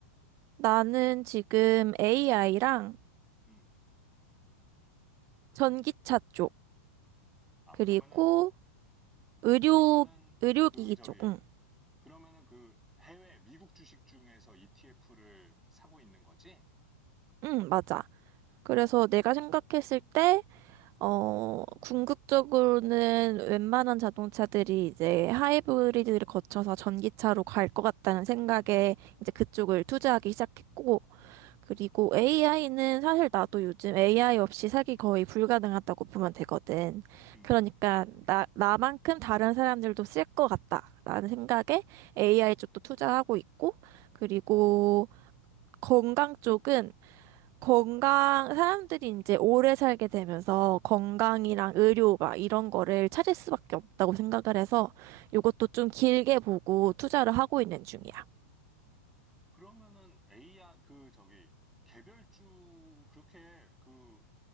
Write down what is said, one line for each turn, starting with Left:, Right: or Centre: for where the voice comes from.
Right: 나는 지금 AI랑,
Centre: 음.
Right: 전기차 쪽,
Centre: 아
Right: 그리고
Centre: 그러면은
Right: 의료,
Centre: 그러면은
Right: 의료기기
Centre: 그 저기
Right: 쪽, 응,
Centre: 그러면은 그 해외 미국 주식 중에서 ETF를 사고 있는 거지?
Right: 응, 맞아. 그래서 내가 생각했을 때, 어, 궁극적으로는 웬만한 자동차들이 이제 하이브리드를 거쳐서 전기차로 갈 것 같다는 생각에 이제 그쪽을 투자하기 시작했고, 그리고 AI는 사실 나도 요즘 AI 없이 살기 거의 불가능하다고 보면 되거든.
Centre: 음.
Right: 그러니까 나, 나만큼 다른 사람들도 쓸 것 같다라는 생각에 AI 쪽도 투자하고 있고, 그리고 건강 쪽은 건강, 사람들이 이제 오래 살게 되면서 건강이랑 의료 막 이런 거를 찾을 수밖에 없다고 생각을 해서 이것도 좀 길게 보고 투자를 하고 있는 중이야.
Centre: 그러면은 a 그 저기 개별주 그렇게 그